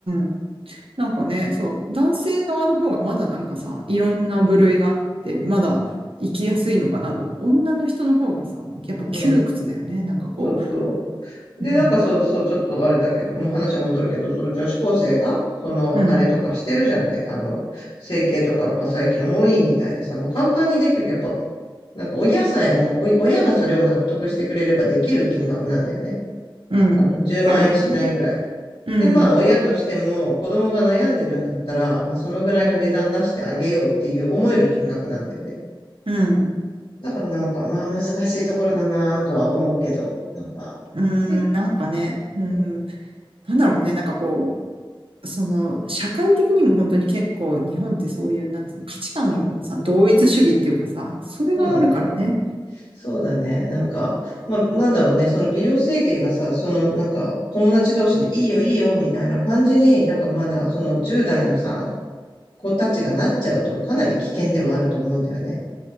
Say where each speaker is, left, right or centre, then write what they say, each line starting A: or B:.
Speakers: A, on the right (about 80°); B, on the left (about 80°).
A: んなんかね、そう、男性側の方がまだなんかさ、いろんな部類があって、まだ生きやすいのかなと思う。女の人の方がさ、やっぱ窮屈だよね。
B: うん。
A: なんかこ
B: そうそう。で、
A: う、うん、
B: なんかそうそう、ちょっとあれだけど、もう話は戻るけど、その女子高生が、その、
A: うん、
B: あれとかしてるじゃない。あの、整形とかやっぱ最近多いみたいでさ、まあ、簡単にできる。やっぱ、なんか親さえも、お親がそれを納得してくれればできる金額なんだよね。
A: うん、
B: 多分10万円しないぐらい。
A: だろうね。うん、
B: で、まあ、親としても、子供が悩んでるんだったら、まあ、そのぐらいの値段出してあげようっていう思える金額なんだよね。
A: うん、うん、
B: だからなんか、まあ、難しいところだなとは思うけど、なんか、
A: うん、
B: 結
A: なんかね、うん、
B: 構、
A: なんだろうね、なんかこう、その、社会的にも本当に結構日本ってそういう、なんていうの、価値観をさ、同一主義っていうかさ、それがあるからね。
B: そうだね。そうだね。なんか、まあ、なんだろうね。その美容整形がさ、その、なんか、友達同士でいいよ、いいよ、みたいな感じになんかまだ、その10代のさ、子たちがなっちゃうと、かなり危険ではあると思うんだよね。